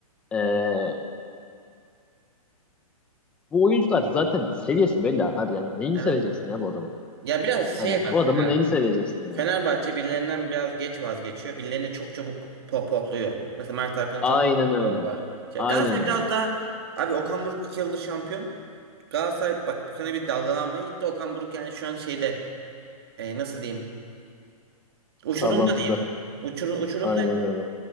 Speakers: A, in the centre; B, on the right.
A: eee, bu oyuncular zaten seviyesi belli abi. Yani neyini
B: Evet.
A: seveceksin ya bu adamın?
B: Ya biraz
A: Hani
B: şey var
A: bu adamın
B: Fener.
A: neyini seveceksin yani?
B: Fenerbahçe birilerinden biraz geç vazgeçiyor. Birilerini çok çabuk pohpohluyor. Mesela Mert Hakan'ı
A: Aynen
B: çok pohpohladılar.
A: öyle.
B: Şey,
A: Aynen
B: Galatasaray
A: öyle.
B: biraz daha... Abi Okan Buruk 2 yıldır şampiyon. Galatasaray bak bu sene bir dalgalanmaya gitti. Okan Buruk yani şu an şeyde... e, nasıl diyeyim? Uçurumda
A: Sallantıda.
B: diyeyim. Uçur, uçurumda
A: Aynen öyle.